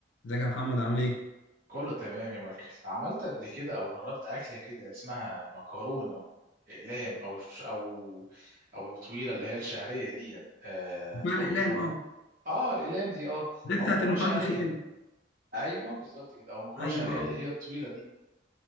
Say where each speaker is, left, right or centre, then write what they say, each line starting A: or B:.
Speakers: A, on the left (about 85°); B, on the right (about 50°).
A: ازيك يا محمد عامل ايه؟
B: كله تمام يا مايكل عملت قبل كده او جربت اكله كده اسمها مكرونه اقلام او ش- او او طويله اللي هي الشعريه دي أه
A: اسماع
B: تحط
A: الاقلام
B: جوه
A: اه
B: اه الاقلام دي اه
A: دي بتاعت
B: او مكرونه
A: المكرونه
B: شعريه
A: بالبشاميل
B: ايوه بالظبط كده او مكرونه
A: ايوه
B: شعريه
A: اه
B: اللي هي الطويله دي